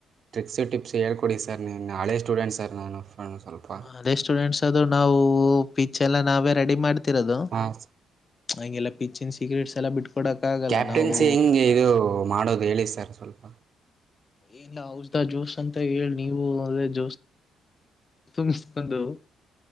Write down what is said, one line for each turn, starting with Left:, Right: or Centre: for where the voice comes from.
Right: ಟ್ರಿಕ್ಸು ಟಿಪ್ಸ್ ಹೇಳ್ಕೊಡಿ ಸರ್ ನಿಮ್ ಹಳೆ ಸ್ಟೂಡೆಂಟ್ ಸರ್ ನಾನು. ಫ್ರೆಂಡ್ ಸ್ವಲ್ಪ
Left: ಅದೇ ಸ್ಟೂಡೆಂಟ್ಸ್ ಅದು ನಾವು ಪಿಚ್ ಎಲ್ಲ ನಾವೇ ರೆಡಿ. ರೆಡಿ ಮಾಡ್ತಿ ಮಾಡ್ತಿರೋದು
Right: ಹಾಂ
Left: ಹಂಗೆಲ್ಲಾ ಪಿಚ್ಚೆನ್ <inaudible> ಸೀಕ್ರೆಟ್ಸ್ ಎಲ್ಲ ಬಿಟ್ಕೊಡಕ್ ಆಗಲ್ಲ
Right: ಕ್ಯಾಪ್ಟನ್ಸಿ
Left: ನಾವು
Right: ಹೆಂಗೆ ಇದು ಮಾಡೋದು ಹೇಳಿ ಸರ್ ಸ್ವಲ್ಪ
Left: ಏನ್ ಔಷಧ ಜ್ಯೋಸ್ ಅಂತ ಹೇಳಿ ನೀವು ಅದ ಜೋಸ್. ತುಂಬಿಸ್ಕೊಂದು